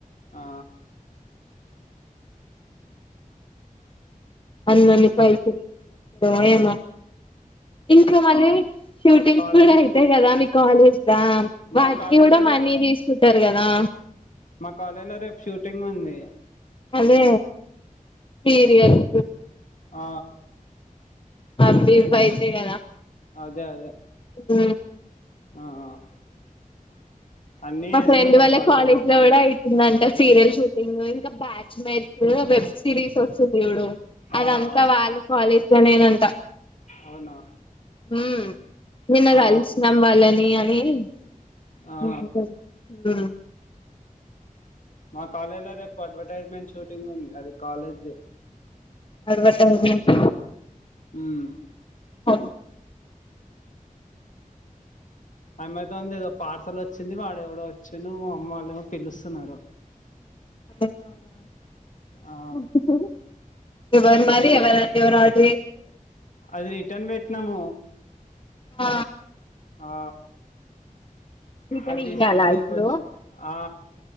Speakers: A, on the left (about 60°); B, on the left (about 40°).
A: ఆ
B: అన్నన్ని పైసలు ఏంటో ఏమో ఇంకా మళ్ళీ షూటింగ్స్
A: కాలేజెస్
B: కూడా అయితాయి కదా మీ కాలేజ్ లా
A: మా
B: వాటికి
A: కాలేజీలో
B: కూడా మనీ
A: రేపు
B: తీసుకుంటారు కదా
A: మా కాలేజ్ లో రేపు షూటింగ్ ఉంది
B: అదే సీరియల్స్
A: ఆ
B: అవ్వీవ్వి వైతే కదా
A: అదే అదే
B: ఆ
A: ఆ అన్నీ
B: మా
A: వేస్తారు
B: ఫ్రెండ్ వాళ్ళ
A: కాలేజీలో
B: కాలేజ్ లో కూడా అవుతుందంట సీరియల్ షూటింగ్ ఇంకా బ్యాచ్ మ్యాచ్ వెబ్ సిరీస్ వస్తుంది చూడు
A: ఆ,
B: అదంతా
A: ఆ,
B: వాళ్ళు కాలేజ్గానేదంతా
A: అవునా
B: ఉమ్ నిన్న
A: ఆ,
B: కలిసినాం వాళ్ళని అని ఉమ్
A: ఆ. మా కాలేజ్ లో రేపు అడ్వర్టైజ్మెంట్ షూటింగ్ ఉంది అది కాలేజ్ది
B: అడ్వర్టైజ్మెంట్
A: మ్మ్.
B: ఆ
A: అమెజాన్ ది ఏదో పార్సల్ వచ్చింది వాడెవడో వచ్చిండు మా అమ్మ వాళ్ళుమో పిలుస్తున్నారు
B: <unintelligible>
A: ఆ,
B: ఎవరు మరి ఎవరు ఎవరు ఆర్డర్ చేసిర్రు
A: అది రిటర్న్ పెట్నాము
B: ఆ
A: ఆ
B: చికెన్
A: అది తీస్కపోనికి
B: ఇయ్యాలా ఇప్పుడు
A: వచ్చి ఆ